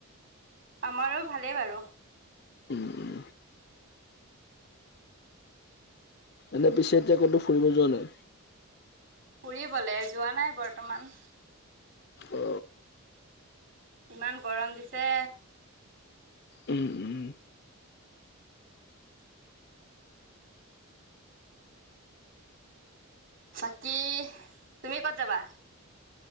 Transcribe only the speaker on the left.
উম উম। এনে পিছে এতিয়া ক'তো ফুৰিব যোৱা নাই?
অ।
উম উম।